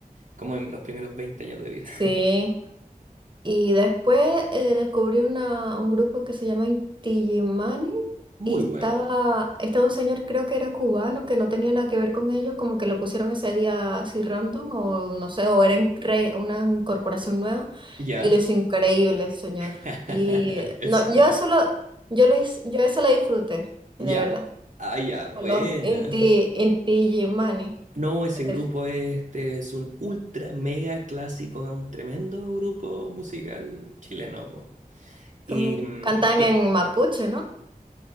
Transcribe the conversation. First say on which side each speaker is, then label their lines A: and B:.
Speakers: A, on the right (about 60°); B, on the right (about 30°).
A: como en los primeros veinte años de vida.
B: Sí.
A: <laughs>
B: Y después eh, descubrí una, un grupo que se llama Intigimani
A: Muy
B: y estaba,
A: bueno.
B: estaba un señor, creo que era cubano, que no tenía nada que ver con ellos, como que lo pusieron ese día así random o no sé, o era en- re- una incorporación nueva
A: ¿Ya?
B: y lo hizo increíble el señor.
A: <laughs>
B: Y eh,
A: El
B: no,
A: señor.
B: yo eso lo, yo lo hice- yo eso lo disfruté, de
A: Ya.
B: verdad.
A: Ah, ya, buena.
B: Con los Inti, Intigimani.
A: No, ese
B: Es
A: grupo este es un ultra mega clásico, es un tremendo grupo musical chileno, po. Y,
B: como
A: mm,
B: cantan
A: cla-
B: en mapuche, ¿no?